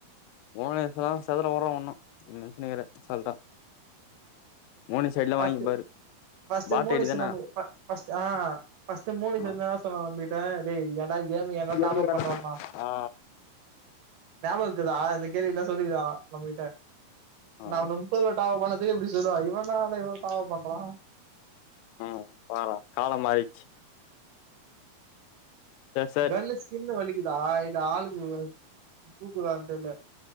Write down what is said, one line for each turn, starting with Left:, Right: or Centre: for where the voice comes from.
Left: மோனேஷ்ல சதுரோ வரு ஒண்ணு நீ நென்ச்சினுக்றே அசால்ட்டா மோனி சைட்ல
Right: பத்து
Left: வாங்கிப்பாரு
Right: ஃபஸ்டு
Left: பாட்
Right: மோனிஷ்
Left: ஐடி தான
Right: என்ன அ ஃபஸ்டு ஆஆ ஃபஸ்டு மோனிஷ்
Left: ஆ
Right: என்னதான் சொன்னா <unintelligible> ட டேய் இயாக் நாளைக்கி ஏமி என்ன டாப்அப்
Left: ஏது வேணா
Right: பண்றான்னா
Left: ஆ
Right: ஞாபக இருக்குதா இந்த கேள்வில்லா சொல்லிருக்கா நம்மகிட்ட
Left: ஆ
Right: நா முப்பதெட்டா போனே இத எப்டி சொல்லுவா இவந்தா என்ன இவ்ளோ தாவாப் பண்றா
Left: ம் தாரா காலம் மாறிச்சி சேர்
Right: கல்லு ஸ்கின் வலிக்குதா இல்ல ஆளுக்கு பூக்குதான் தெரியல்ல